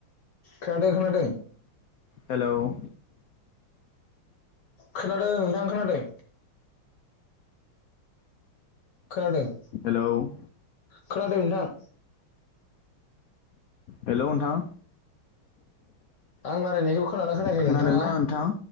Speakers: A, on the left (about 60°); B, on the left (about 85°).
A: खोनादों खोनादों।
B: हेल'?
A: खोनादों नोंथां खोनादों। खोनादों।
B: हेल'?
A: खोनादों नोंथां।
B: हेल' नोंथां?
A: आं रालायनायखौ खोनाना खोनायाखै
B: खोनादोंना
A: नोंथाङा?
B: नोंथां